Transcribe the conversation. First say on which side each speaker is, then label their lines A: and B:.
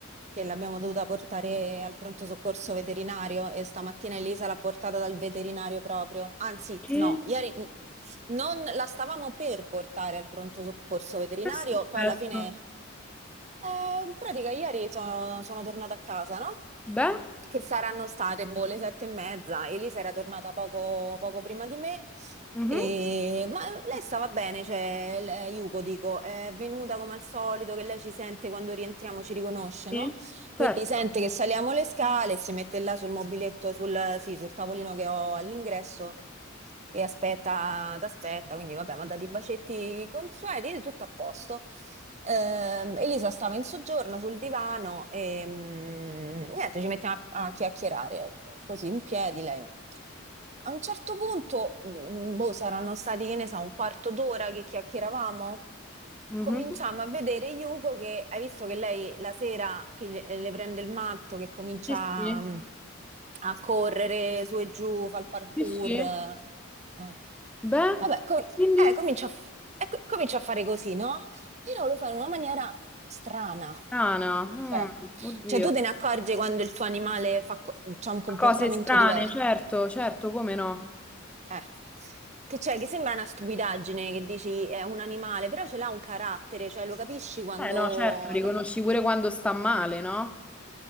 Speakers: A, on the right (about 30°); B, in the centre.
A: Che l'abbiamo dovuta portare al pronto soccorso veterinario e stamattina Elisa l'ha portata dal veterinario proprio. Anzi,
B: Che
A: no, ieri n- non la stavamo per portare al pronto soccorso veterinario,
B: che è successo?
A: poi alla fine Eh, in pratica ieri sono, sono tornata a casa, no?
B: Beh,
A: Che saranno state, boh, le sette e mezza. Elisa era tornata poco, poco prima di me.
B: mhm,
A: E- Ma lei stava bene, cioè, l- Yuko, dico, è venuta come al solito, che lei ci sente quando rientriamo, ci riconosce,
B: Sì,
A: no?
B: certo.
A: Quindi sente che saliamo le scale, si mette là sul mobiletto, sul, sì, sul tavolino che ho all'ingresso e aspetta, t'aspetta. Quindi vabbè, mi ha dato i bacetti consueti, tutto a posto. Ehm, Elisa stava in soggiorno sul divano e mm, niente, ci mettiamo a, a chiacchierare così in piedi lei. A un certo punto, mm, mm, boh, saranno stati, che ne so, un quarto d'ora che chiacchieravamo.
B: mhm,
A: Cominciamo a vedere Yuko che hai visto che lei la sera che gli- eh, le prende il matto, che comincia
B: Sì, sì,
A: mm, a correre su e giù, fa il parkour.
B: sì, sì.
A: eh.
B: Beh,
A: Vabbè, com-
B: quindi
A: eh, comincia a, f- e co- comincia a fare così, no? Però lo fa in una maniera strana.
B: strana, mm,
A: Cioè,
B: oddio.
A: cioè, tu te ne accorgi quando il tuo animale fa, co- c'ha un comportamento
B: Cose strane,
A: diverso.
B: certo, certo, come no?
A: Eh, che c'è, che sembra una stupidaggine che dici è un animale, però ce l'ha un carattere, cioè lo capisci quando,
B: Eh no, certo. Riconosci
A: no?
B: pure quando sta male, no?